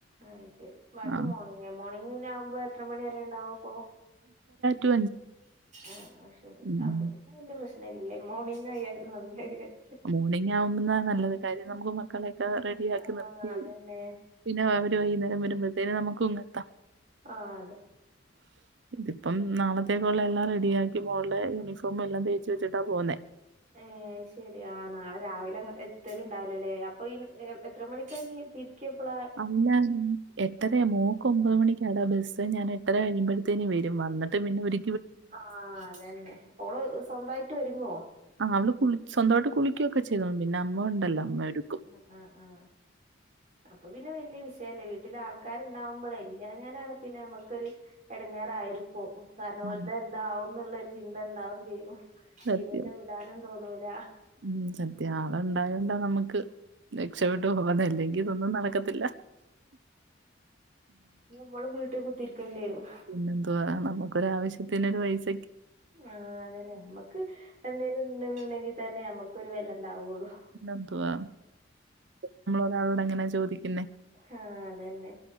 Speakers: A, on the right (about 40°); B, on the right (about 65°).
A: അയ് ശരി ബാക്കി
B: ആ.
A: മോർണിംഗ് മോർണിംഗ് ആകുമ്പോ എത്ര മണി വരെണ്ടാവു അപ്പോ-
B: ടു
A: ആഹ് ശരി
B: ഉം.
A: അപ്പ പി വല്ല്യ പ്രശ്ന ഇല്ലേ മോർണിംഗ് ആയാലും നല്ലത് -
B: മോർണിംഗ് ആവുമ്പന്നാ നല്ലത് കാര്യം നമുക്ക് മക്കളെയൊക്കെ റെഡിയ ആക്കി
A: ആ
B: നിർത്തി-
A: അതന്നെ
B: പിന്നെ അവര് വൈകുന്നേരം വരുമ്പോഴത്തേനും നമുക്കും ഇങ്ങെത്താം-
A: ആഹ് അതെ-
B: അ <inaudible> ഇതിപ്പം നാളത്തേക്കുള്ള എല്ലാം റെഡിയാക്കി മോളുടെ യൂണിഫോം എല്ലാം തേച്ച് വെച്ചിട്ടാ പോന്നേ-
A: ഏ അത് ശരി ആ നാളെ രാവിലെ എത്തലണ്ടാവലല്ലേ അപ്പൊ എത്ര മണിക്കാണിനി തി രിക്കെപ്പളാ-
B: <unintelligible> എട്ടര മോക്ക് ഒമ്പത് മണിക്കാടാ ബസ്സ് ഞാനെട്ടര കഴിയുമ്പോഴത്തേന് വരും വന്നിട്ട് പിന്നെ ഒരു
A: ആഹ് അതന്നെ ഓള് സ്വന്തമായിട്ട് ഒരുങ്ങോ?
B: ആഹ് അവള് കുളി സ്വന്തമായിട്ട് കുളിക്കൊക്കെ ചെയ്തോളും പിന്നെ അമ്മ ഒണ്ടല്ലോ അമ്മ ഒരുക്കും-
A: ആഹ് ആഹ് ആഹ് അപ്പൊ പിന്നെ വലിയ വിഷയില്ല വീട്ടില് ആൾക്കാര് ഉണ്ടാവുമ്പോളേ ഇല്ലാഞ്ഞാലാണ് പിന്നെ നമ്മുക്കൊരു എടങ്ങേറായിരിക്കോ - കാരണം
B: ഉം,
A: ഓല്ത് എന്താവുന്നുള്ളൊരു ചിന്തണ്ടാവും ചെയ്യും
B: സത്യം
A: ഇതെറ്റം വിടാനും തോന്നൂല
B: ഉം സത്യം ആള് ണ്ടായോണ്ട നമ്മക്ക് രക്ഷപെട്ട് പോകുന്നു അല്ലെങ്കിൽ ഇതൊന്നും നടക്കത്തില്ല
A: മ്മളും വീട്ടി കുത്തിരിക്കണ്ടി വെരും
B: പിന്നെന്തുവാ നമുക്കൊരാവശ്യത്തിനൊരു പൈസ
A: ആ അതെന്നെ മ്മക്ക് എന്തെ <unintelligible> ണ്ടെങ്കിത്തെന്നെ നമുക്കൊരു വെല ണ്ടാവൊള്ളു
B: എന്തുവാ നമ്മളൊരാളോട് എങ്ങനാ ചോദിക്കുന്നെ
A: ആ അതെന്നെ